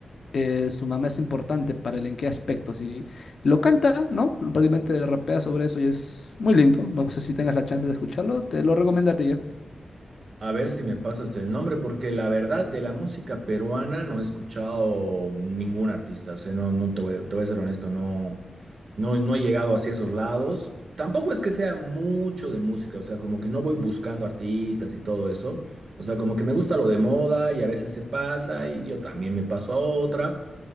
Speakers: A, on the left (about 60°); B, on the right (about 60°).
A: eh, su mamá es importante para él, en qué aspectos. Y lo canta, ¿no? Prácticamente rapea sobre eso y es muy lindo. No sé si tengas la chance de escucharlo, te lo recomendaría.
B: A ver si me pasas el nombre, porque la verdad de la música peruana no he escuchado ningún artista. O sea, no, no te voy, te voy a ser honesto, no, no, no he llegado hacia esos lados. Tampoco es que sea mucho de música, o sea, como que no voy buscando artistas y todo eso. O sea, como que me gusta lo de moda y a veces se pasa y yo también me paso a otra.